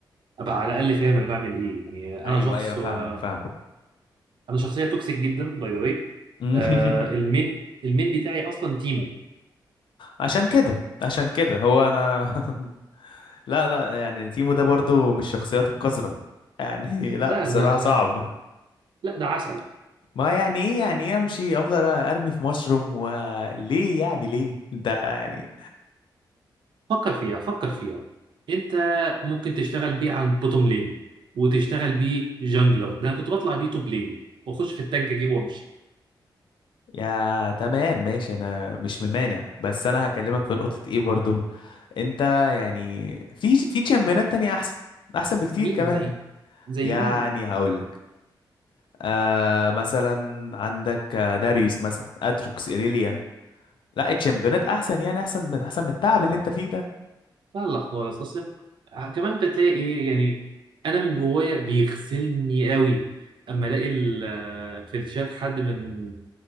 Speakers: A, on the right; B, on the left.
A: ابقى على الاقل فاهم انا بعمل ايه يعني
B: ايوه
A: انا شخص
B: ايوه فاهمك
A: آه،
B: فاهمك
A: انا شخصيه توكسيك جدا باي ذا واي
B: <laughs>
A: المين المين بتاعي اصلا تيمو
B: عشان كده عشان كده هو انا <laughs> لا لا يعني تيمو ده برضو مش الشخصيات القذرة يعني <laughs> لا
A: لا
B: بصراحة
A: لا لا
B: صعب
A: لا ده عسل
B: ما يعني ايه يعني ايه امشي افضل ارمي في مشروم وليه يعني ليه انت يعني
A: فكر فيها فكر فيها انت ممكن تشتغل بيه على البوتوم لين وتشتغل بيه جانجلر ده انا كنت بطلع بيه توب لين واخش في التانك اجيبه وامشي
B: يا تمام ماشي انا مش ممانع بس انا هكلمك في نقطة ايه برضو انت يعني في في تشامبيونات تانية احسن احسن بكتير
A: مين
B: كمان
A: زي زي
B: يعني
A: مين
B: هقول لك آه مثلا عندك آه، داريوس مثلا اتروكس ايريليا لا الشامبيونات احسن يعني احسن من احسن من التعب
A: لا
B: اللي انت فيه ده
A: لا لا خالص اصل كمان بتلاقي ايه يعني انا من جوايا بيغسلني قوي اما الاقي ال- في الشات حد من